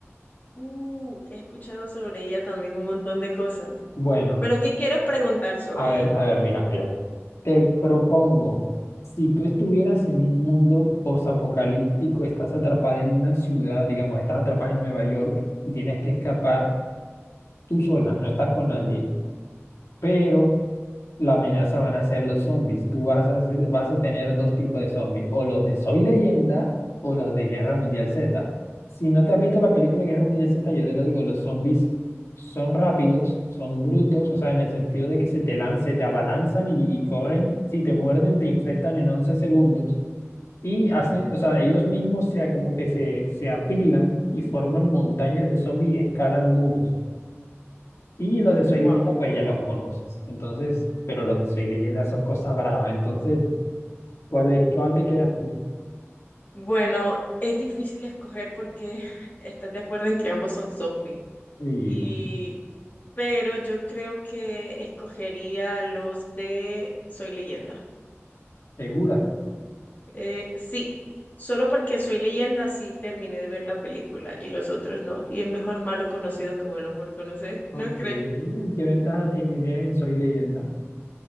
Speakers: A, on the left; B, on the left.
A: Uh, he escuchado sobre ella también un montón de cosas,
B: Bueno,
A: pero ¿qué quieres preguntar sobre
B: a ver,
A: ella?
B: a ver, mira, mira. Te propongo, si tú estuvieras en un mundo posapocalíptico, estás atrapada en una ciudad, digamos, estás atrapada en Nueva York y tienes que escapar tú sola, no estás con nadie, pero La amenaza van a ser los zombies. Tú vas a, ser- vas a tener dos tipos de zombies, o los de Soy Leyenda o los de Guerra Mundial Z. Si no te han visto la película de Guerra Mundial Z, yo te lo digo, los zombies son rápidos, son brutos, o sea, en el sentido de que se te lanzan, se te abalanzan y, y corren, si te muerden, te infectan en 11 segundos. Y hacen, o sea, ellos mismos se, como que se, se apilan y forman montañas de zombies y escalan muros. Y los de Soy
A: Wow.
B: Leyenda, pues ya los conoces. Entonces, pero los de Soy Leyenda son cosas bravas. Entonces, ¿cuál es, cuál te quedas tú?
A: Bueno, es difícil escoger porque <laughs> estás de acuerdo en que ambos son zombies.
B: Y
A: Y, pero yo creo que escogería los de Soy Leyenda.
B: segura.
A: Eh, sí, solo porque Soy Leyenda sí terminé de ver la película y los otros no. Y es mejor malo conocido que bueno por conocer,
B: ¿no?
A: ¿no
B: Ok.
A: crees?
B: ¿Qué ventaja tendría en Soy Leyenda?